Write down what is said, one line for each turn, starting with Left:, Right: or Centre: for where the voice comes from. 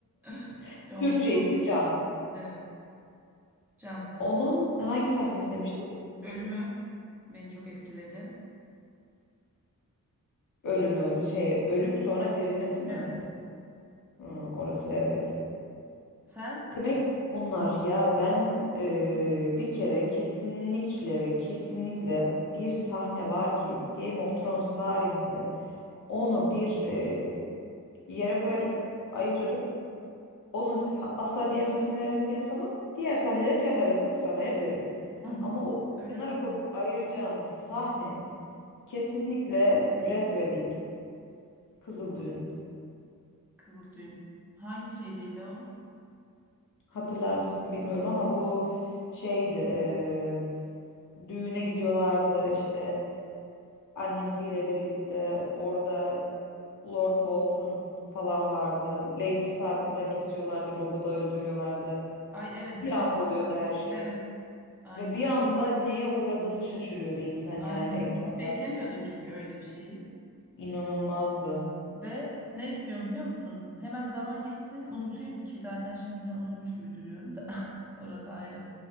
Centre: <laughs>
Left: <laughs>
Centre: Jon
Left: Türkçe
Centre: Snow.
Left: ismi Can.
Centre: Evet. Can.
Left: Onun hangi sahnesi demiştin?
Centre: Ölümü beni çok etkiledi.
Left: Ölümü, şey, ölüp sonra dirilmesi mi?
Centre: Evet.
Left: Hı, orası evet.
Centre: Sen?
Left: Demek ki bunlar ya ben eee, bir kere kesinlikle ve kesinlikle bir sahne var ki Game of Thrones tarihinde onu bir eee, yere koyarım, ayırırım. Onu ha- asla diğer sahnelerle kıyaslamam. Diğer sahneleri kendi arasında sıralayabilirim.
Centre: Hı.
Left: Ama o
Centre: Söyle
Left: kenara
Centre: bakalım.
Left: koyup ayıracağım sahne kesinlikle Red Wedding, Kızıl Düğün.
Centre: Kızıldüğün. Hangi şeydeydi o?
Left: Hatırlar mısın bilmiyorum ama bu şeydi. eee, düğüne gidiyorlardı işte annesiyle birlikte orada Lord Bolton falan vardı. Lady Stark'ı da kesiyorlardı, Rob'u da öldürüyorlardı.
Centre: Ay evet
Left: Bir
Centre: evet
Left: anda
Centre: hatırladım.
Left: oluyordu her şey.
Centre: Evet. Aynen.
Left: Ve bir anda neye uğradığını şaşırıyordu insan
Centre: Aynen.
Left: yani ekranda.
Centre: Beklemiyordun çünkü öyle bir şeyi.
Left: İnanılmazdı.
Centre: Ve ne istiyorum biliyor musun? Hemen zaman geçsin unutayım ki zaten şimdiden unutmuş gibi duruyorum da <laughs> orası ayrı.